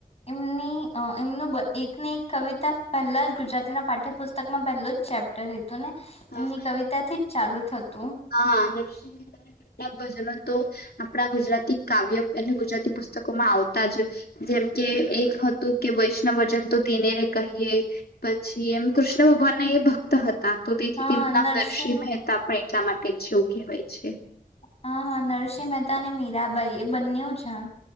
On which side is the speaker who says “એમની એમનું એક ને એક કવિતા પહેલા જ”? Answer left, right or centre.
Left